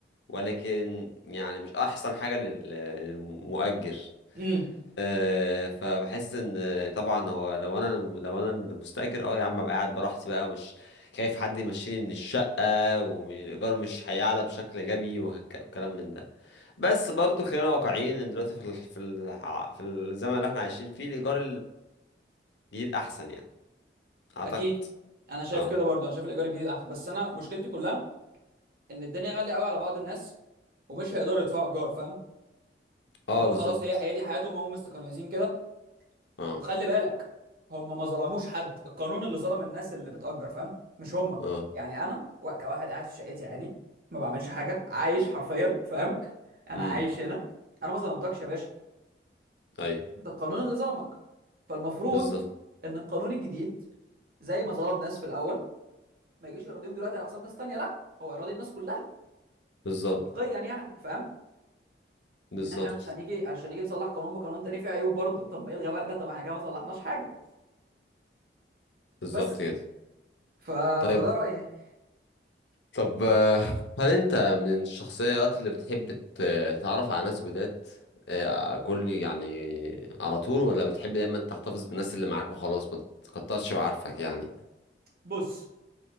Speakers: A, on the left; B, on the right.
A: ولكن يعني مش احسن حاجة لل- للمؤجر
B: امم
A: آه، فبحس ان طبعا هو لو انا لو انا المستاجر اه يا عم ابقى قاعد براحتي بقى ومش خايف حد يمشيني من الشقه والايجار مش هيعلى بشكل غبي وهك- وكلام من ده بس برضو خلينا واقعيين ان دلوقتي في ال- في ال- في الزمن اللي احنا عايشين فيه الايجار الجديد احسن يعني اعتقد
B: اكيد انا شايف
A: اه
B: كده برضو انا شايف الايجار الجديد احسن بس انا مشكلتي كلها ان الدنيا غاليه قوي على بعض الناس ومش هيقدروا يدفعوا ايجار فاهم
A: اه
B: فهم
A: بالظبط
B: خلاص هي هي دي حياتهم هم مستقيسين كده
A: اه
B: وخلي بالك هم ما ظلموش حد القانون اللي ظلم الناس اللي بتأجر فاهم مش هم
A: اه
B: يعني انا و- كواحد قاعد في شقتي عادي ما بعملش حاجه عايش حرفيا فاهم <laughs> انا
A: امم
B: عايش هنا انا ما ظلمتكش يا باشا
A: ايوه
B: انت القانون اللي ظلمك فالمفروض
A: بالظبط
B: ان القانون الجديد زي ما ظلم ناس في الاول ما يجيش يراضيهم دلوقتي على حساب ناس تانية لا هو يراضي الناس كلها
A: بالظبط
B: منطقيا يعني فاهم
A: بالظبط
B: ان احنا مش هنيجي عشان نيجي نصلح قانون بقانون تاني فيه عيوب برضه طب ما الغى بقى ده طب احنا كده ما صلحناش حاجه
A: بالظبط
B: بس
A: كده
B: ف...
A: طيب
B: فده رايي يعني.
A: طب آه، هل انت من الشخصيات اللي بتحب ت- تتعرف على ناس جداد آه، كل يعني على طول ولا بتحب دايما تحتفظ بالناس اللي معاك وخلاص ما تكترش بعارفك يعني
B: بص